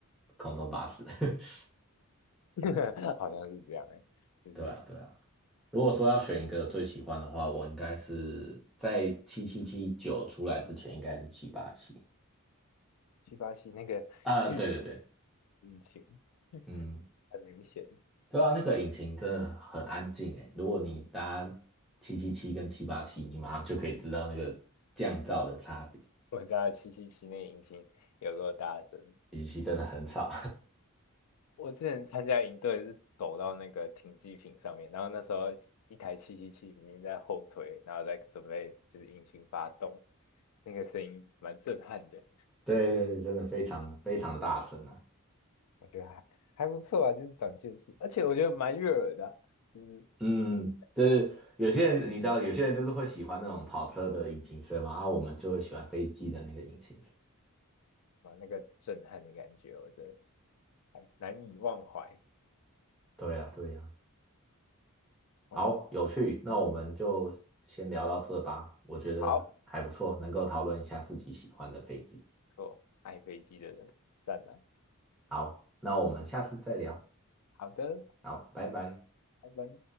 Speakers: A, in the centre; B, on the left (about 85°).
A: 空中巴士。<laughs>
B: <laughs> 好像是这样哎、就是
A: 对啊，对啊。如果说要选一个最喜欢的话，我应该是在七七七九出来之前，应该是七八七。
B: 七八七那个巨
A: 啊，对对对，
B: 引擎
A: 嗯，
B: 很明显，
A: 对啊，那个引擎真的很安静诶。如果你搭七七七跟七八七，你马上就可以知道那个降噪的差别。
B: 我知道七七七那个引擎有多大声。
A: 语气真的很吵，
B: 我之前参加营队是走到那个停机坪上面，然后那时候一台七七七已经在后推，然后在准备就是引擎发动，那个声音蛮震撼的，
A: <laughs> 对对对，真的非常非常的大声啊。
B: 我觉得还还不错啊，就是长见识，而且我觉得蛮悦耳的啊就是听起来
A: 嗯，就是有些人你知道，有些人就是会喜欢那种跑车的引擎声嘛，啊，我们就会喜欢飞机的那个引擎声。
B: 哇那个震撼的感觉，我觉得还难以忘怀。
A: 对呀，对呀。
B: 哦
A: 好，有趣，那我们就先聊到这吧，我觉得还不错，
B: 好，
A: 能够讨论一下自己喜欢的飞机。
B: 做爱飞机的人，赞了。
A: 好，那我们下次再聊。
B: 好的，
A: 好，拜拜。
B: 拜拜。